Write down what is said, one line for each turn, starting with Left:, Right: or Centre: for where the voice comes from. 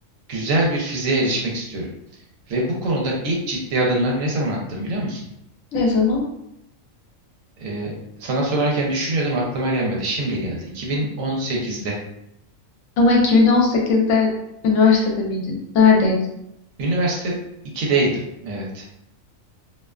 Right: güzel bir fiziğe erişmek istiyorum. Ve bu konuda ilk ciddi adımları ne zaman attım biliyor musun?
Left: Ne zaman?
Right: E, sana sorarken düşünüyordum aklıma gelmedi. Şimdi geldi. 2018'de.
Left: Ama 2018'de üniversitede miydin? Neredeydin?
Right: Üniversite 2'deydim. Evet.